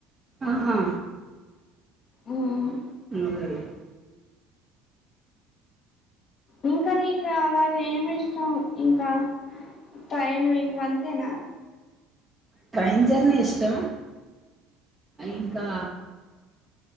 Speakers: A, on the right; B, on the left.
A: ఆహా
B: ఉహుహ్
A: నోగారి
B: ఇంకా నీకు అలాగే ఏమి ఇష్టం ఇంకా ట్రైను ఇంకా అంతే నా
A: ట్రైన్ జర్నీ ఇష్టం ఇంకా